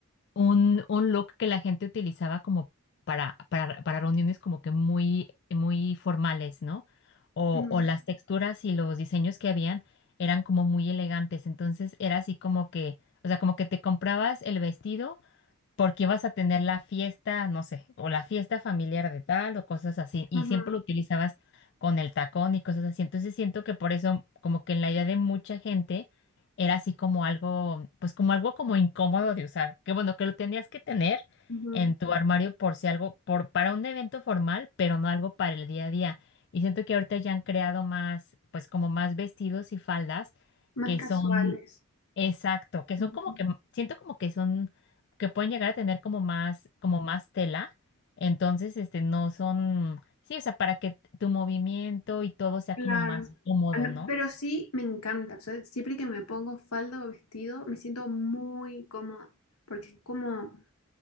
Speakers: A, on the left; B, on the left.
A: un, un look que la gente utilizaba como para, para, para reuniones como que muy, muy formales, ¿no? O,
B: ujú,
A: o las texturas y los diseños que habían eran como muy elegantes. Entonces era así como que, o sea, como que te comprabas el vestido porque vas a tener la fiesta, no sé, o la fiesta familiar de tal o cosas así, y
B: ujú,
A: siempre lo utilizabas con el tacón y cosas así. Entonces siento que por eso, como que en la idea de mucha gente, era así como algo, pues como algo como incómodo de usar, que bueno, que lo tenías que tener
B: ujú.
A: en tu armario por si algo, por, para un evento formal, pero no algo para el día a día. Y siento que ahorita ya han creado más, pues como más vestidos y faldas
B: Más
A: que
B: casuales.
A: son Exacto, que son
B: Ujú.
A: como que, m- siento como que son, que pueden llegar a tener como más, como más tela, entonces, este, no son, sí, o sea, para que tu movimiento y todo sea
B: Claro.
A: como más cómodo,
B: Ah, no,
A: ¿no?
B: pero sí me encanta. O sea, siempre que me pongo falda o vestido, me siento muy cómoda. Porque es como,